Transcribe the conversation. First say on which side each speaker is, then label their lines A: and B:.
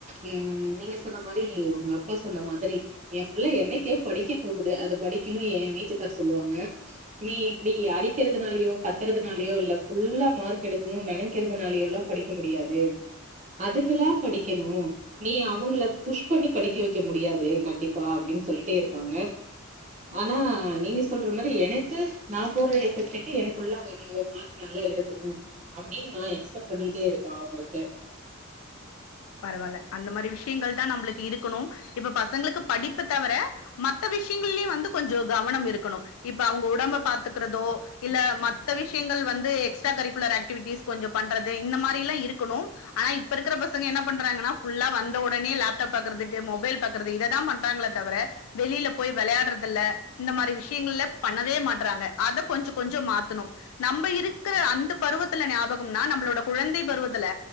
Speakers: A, on the right; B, on the left.
A: ம் நீங்க சொன்ன மாரி உங்க அப்பா சொன்ன மாதிரி ஏ புள்ள என்னைக்க படிக்க போகுது அது படிக்குனு ஏ வீட்டுக்கார் சொல்லுவாங்க நீ இப்டி அடி க்குறதுனாலயோ கத்துறதுனாலயோ இல்ல ஃபுல்லா மார்க் எடுக்கணுன் நெனக்கிறதுனாலயோல்லா படிக்க முடியாது அதுங்களா படிக்கணுமோ நீ அவங்கள புஷ் பண்ணி படிக்க வெக்க முடியாது கண்டிப்பா அப்டின் சொல்லிட்டே இருப்பாங்க ஆனா நீங்க சொல்ற மாரி எனக்கு நா போற பிரச்சனைக்கு எனக்குல்லா வரணு மார்க் நல்லா எடுக்கணு அப்டின்னு நா எக்ஸ்பெட் பண்ணிட்டே இருப்பே அவங்களுக்கு
B: பரவால்ல அந்த மாரி விஷயங்கள் தா நம்மளுக்கு இருக்கணு இப்ப பசங்களுக்கு படிப்ப தவர மத்த விஷயங்கள்லயு வந்து கொஞ்சம் கவனம் இருக்கணு இப்ப அவங்க உடம்ப பாத்துக்கிறதோ இல்ல மத்த விஷயங்கள் வந்து எக்ஸ்ட்ரா கரிக்குலர் ஆக்டிவிட்டிஸ் கொஞ்சம் பண்றது இந்த மாரி எல்லா இருக்கணு ஆனா இப்ப இருக்கிற பசங் பசங்க என்ன பண்றாங்கன்னா ஃபுல்லா வந்த உடனே லேப்டாப் பாக்கறதுட்டு மொபைல் பாக்கறது இததா பண்றாங்களே தவர வெளில போய் வெளைட்றதில்ல இந்த மாரி விஷயங்கள்ல பண்ணவே மாட்றாங்க அத கொஞ்ச கொஞ்ச மாத்தணு நம்ம இருக்குற அந்த பருவத்துல்ல ஞாபகம்னா நம்மளோட குழைந்தை பருவத்துல